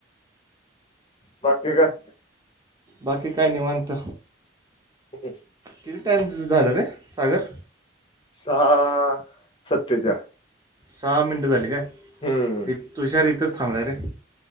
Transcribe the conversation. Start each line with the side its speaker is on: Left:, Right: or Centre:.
Left: बाकी काय.
Right: बाकी काय निवांत.
Left: काय
Right: किती टाइम झालं रे सागर.
Left: सहा सत्तेच्याळ.
Right: सहा मिनटं झाली काय
Left: हम्म
Right: ते तुषार इथंच थांबलाय रे.